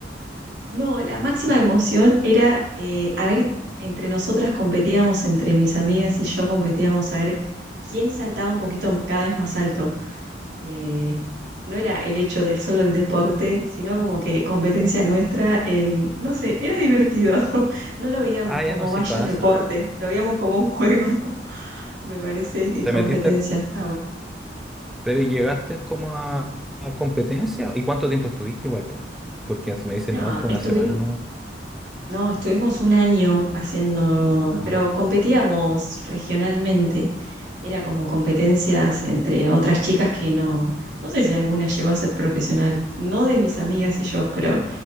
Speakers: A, on the right; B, in the centre.
A: No, la máxima
B: <laughs>
A: emoción era, eh, a ver, entre nosotras competíamos, entre mis amigas y yo competíamos a ver quién saltaba un poquito cada vez más alto. Eh, no era el hecho del solo el deporte, sino como que competencia nuestra en, no sé, era divertido. <laughs> No lo veíamos
B: Ah,
A: como
B: ya no, sí
A: vaya
B: pasa.
A: deporte, lo veíamos como un juego, <laughs> me parece, y
B: Te
A: competencia.
B: metiste
A: Está bueno.
B: Pero ¿y llegaste como a, a competencia? ¿Y cuánto tiempo estuviste igual, po? Porque si me dicen,
A: No,
B: no, estuve
A: estuvimos.
B: una semana no
A: No, estuvimos un año haciendo,
B: Ah,
A: pero competíamos regionalmente. Era como competencias entre otras chicas que no, no sé si alguna llegó a ser profesional, no de mis amigas y yo, pero